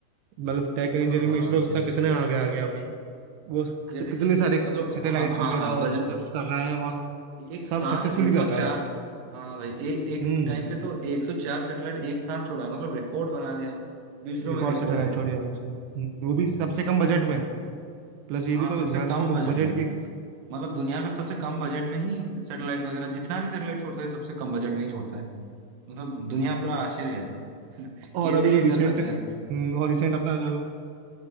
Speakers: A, on the right; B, on the right.
A: मतलब टेक एंड
B: हाँ
A: इंजीनियरिंग में इसरो
B: जी
A: अपना
B: जी
A: कितने
B: जी।
A: आगे आ गया भाई वो
B: जैसे
A: कितने
B: कि
A: सारे
B: मतलब
A: सैटेलाइट्स
B: हाँ हाँ
A: वगैरह
B: हाँ
A: और
B: बजट
A: प्रोजेक्ट्स कर रहा है और
B: एक
A: सब
B: साथ
A: सक्सेसफुली
B: एक
A: कर
B: सौ
A: रहा
B: चार
A: है
B: हाँ भाई ए, एक
A: हम्म
B: टाइम पे तो एक सौ चार सेटेलाइट एक साथ छोड़ा मतलब रिकॉर्ड बना दिया विश्व
A: रिकॉर्ड
B: में रिकॉर्ड
A: सैटेलाइट
B: है
A: छोड़े है उसने हम्म,
B: हाँ
A: वो भी सबसे
B: हाँ
A: कम बजट में प्लस ये
B: हाँ,
A: भी
B: सबसे
A: तो ध्यान
B: कम
A: रखो
B: बजट
A: बजट
B: में
A: भी
B: मतलब दुनिया का सबसे कम बजट में ही सैटेलाइट वगैरह जितना भी सैटेलाइट छोड़ता है सबसे कम बजट में ही छोड़ता है मतलब दुनिया पूरा आश्चर्य है <laughs> कैसे
A: और अभी जो
B: ये
A: रिसेंट
B: कर सकता है
A: और रिसेंट अपना जो